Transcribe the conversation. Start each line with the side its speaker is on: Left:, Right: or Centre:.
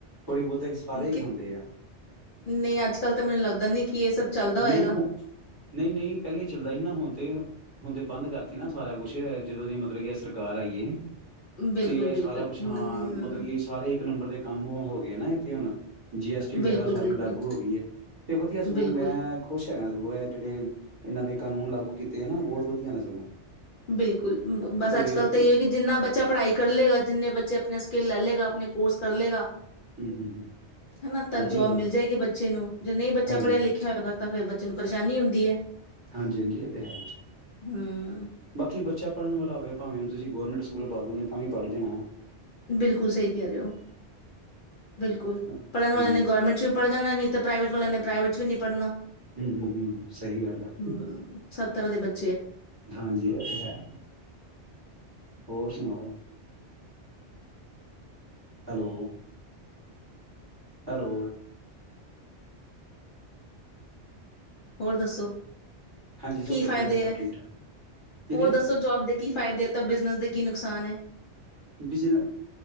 Right: ਥੋੜ੍ਹੀ ਬਹੁਤੇ ਸਾਰੇ ਹੀ
Left: ਕਿ
Right: ਖਾਂਦੇ ਆ।
Left: ਨਹੀਂ ਅੱਜ ਕੱਲ ਤਾਂ ਮੈਨੂੰ ਲੱਗਦਾ ਨਹੀਂ ਕਿ ਇਹ ਸਭ ਚੱਲਦਾ
Right: ਨਹੀਂ
Left: ਹੋਏਗਾ
Right: ਹੋਰ, ਨਹੀਂ ਨਹੀਂ ਪਹਿਲੇ। ਚੱਲਦਾ ਸੀ ਨਾ ਹੁਣ ਤੇ ਹੁਣ ਤੇ ਬੰਦ ਕਰਤੇ ਨਾ ਸਾਰਾ ਕੁਛ ਜਦੋਂ ਦੀ ਮਤਲਬ ਕਿ ਏ ਸਰਕਾਰ ਆਈਏ।
Left: ਬਿਲਕੁਲ
Right: ਤੇ
Left: ਬਿਲਕੁਲ
Right: ਸਾਰਾ ਕੁਛ
Left: ਹਮ,
Right: ਹਾਂ, ਮਤਲਬ ਕਿ ਸਾਰੇ ਇੱਕ ਨੰਬਰ ਦੇ ਕੰਮ ਹੋ ਗਏ ਨਾ। ਤੇ ਹੁਣ? ਜੀ ਐਸ ਟੀ ਵਗੈਰਾ
Left: ਬਿਲਕੁਲ
Right: ਸਾਰੀ
Left: ਬਿਲਕੁਲ
Right: ਲਾਗੂ ਹੋ ਗਈ ਹੈ ਤੇ, ਵਧੀਆ ਸਗੋਂ।
Left: ਬਿਲਕੁਲ
Right: ਮੈਂ ਖੁਸ਼ ਹੈਗਾ ਸਗੋ ਇਹ ਜਿਹੜੇ, ਇਹਨਾਂ ਨੇ ਕਾਨੂੰਨ ਲਾਗੂ ਕੀਤੇ ਆ ਨਾ, ਬਹੁਤ ਵਧੀਆ ਨੇ ਸਗੋਂ।
Left: ਬਿਲਕੁਲ ਬਸ
Right: ਤੇ
Left: ਅੱਜ ਕੱਲ ਤਾਂ ਇਏ ਕੀ ਜਿੰਨਾ ਬੱਚਾ ਪੜਾਈ ਕਰ ਲਏਗਾ ਜਿੰਨੇ ਬੱਚੇ ਆਪਣੇ ਸਕਿੱਲ ਲੈ ਲਏਗਾ। ਆਪਣੇ ਕੋਰਸ ਕਰ ਲਗਾ।
Right: ਹਮ ਹਮ
Left: ਹਨਾ ਤਾਂ
Right: ਵਧੀਆ
Left: ਜੋਬ ਮਿਲ ਜਾਏਗੀ ਬੱਚੇ ਨੂੰ ਜੇ ਨਹੀਂ ਬੱਚਾ
Right: ਹਾਂਜੀ
Left: ਪੜੀਆ ਲਿਖਿਆ ਹੋਇਗਾ ਤਾਂ ਫਿਰ ਬੱਚਿਆ ਨੂੰ ਪਰੇਸ਼ਾਨੀ ਹੁੰਦੀ ਹੈ।
Right: ਹਾਂਜੀ ਹਾਂਜੀ ਇਹ ਤੇ ਹੈ।
Left: ਹਮ
Right: ਬਾਕੀ ਬੱਚਾ ਪੜਨ ਵਾਲਾ ਹੋਵੇ ਭਾਵੇਂ ਹੁਣ ਤੁਸੀ ਗੌਰਮੈਂਟ ਸਕੂਲ ਪਾ ਦੋ ਤਾਂ ਵੀ ਪੜ ਜਾਣਾ।
Left: ਬਿਲਕੁਲ ਸਹੀ ਕਹਿ ਰਹੇ ਹੋ। ਬਿਲਕੁਲ
Right: ਹਮ
Left: ਪੜਨ ਵਾਲਿਆਂ
Right: ਹਮ
Left: ਨੇ ਗੌਰਮੈਂਟ ਚ ਵੀ ਪੜ ਜਾਣਾ ਨਹੀਂ ਤੇ ਪ੍ਰਾਈਵੇਟ ਵਾਲਿਆਂ ਨੇ ਪ੍ਰਾਈਵੇਟ ਚ ਵੀ ਨਹੀਂ ਪੜਨਾ
Right: ਹਮ ਹਮ ਸਹੀ ਗੱਲ ਆ
Left: ਹਮ। ਸੱਤਰਹਾਂ ਦੇ ਬੱਚ
Right: ਹਾਂਜੀ ਓਹ ਤੇ ਹੈ। ਹੋਰ ਸੁਣਾਓ। ਹੈਲੋ। ਹੈਲੋ।
Left: ਹੋਰ ਦੱਸ।
Right: ਹਾਂਜੀ ਸਭ
Left: ਕੀ
Right: ਵਧੀਆ
Left: ਫਾਇਦੇ
Right: ਸਭ
Left: ਹੈ
Right: ਠੀਕ ਠਾਕ ਕਿਦੇ
Left: ਹੋਰ ਦੱਸੋ ਜੋਬ ਦੇ ਕੀ ਫ਼ਾਇਦੇ ਆ ਤਾਂ ਬਿਜਨਸ ਦੇ ਕੀ ਨੁਕਸਾਨ ਹੈ
Right: ਬਿਜਨ